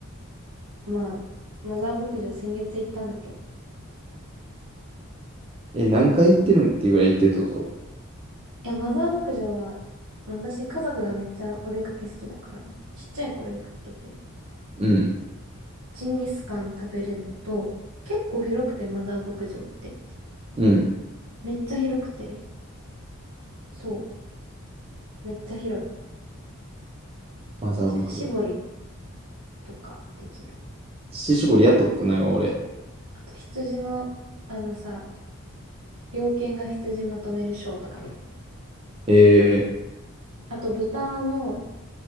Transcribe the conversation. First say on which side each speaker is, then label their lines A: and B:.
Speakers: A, on the right; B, on the right.
A: まあ、マザー牧場先月行ったんだけど、
B: え、何回行ってるんっていうぐらい行ってるってこと
A: いや、マザー牧場は、その私、家族がめっちゃお出かけ好きだから、ちっちゃい頃よく行ってて、
B: うん。
A: ジンギスカン食べれるのと、結構広くて、マザー牧場って。
B: うん。
A: めっちゃ広くて、そう、めっちゃ広い。
B: マザー牧場。
A: 乳搾りとかできる。
B: 乳搾りやったことないわ、俺。
A: あと、羊の、あのさ、猟犬が羊まとめるショーとか見れる。
B: えー、
A: あと、豚の、